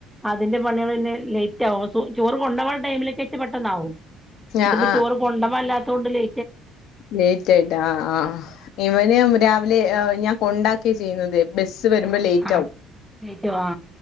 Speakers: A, in the centre; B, on the left (about 60°).
A: അതിന്റെ പണികൾ പിന്നെ ലേറ്റ് ആവും ചോറ് കൊണ്ടോവാൻ ടൈമിലേക്ക് <unintelligible> ട്ടണ്ടാവും ഇതിപ്പൊ
B: ആഹ്
A: ചോറ് കൊണ്ടോവാൻല്ലാത്തോണ്ട് ലേ
B: ലേറ്റായിട്ട് ആ ആ ഇവന് രാവിലെ ഞാൻ കൊണ്ടാക്കിയ ചെയ്യുന്നത് ബസ്സ് വരുമ്പോ
A: ആ ആ
B: ലേറ്റ്
A: ആ
B: ആകും
A: ലേറ്റ് ആ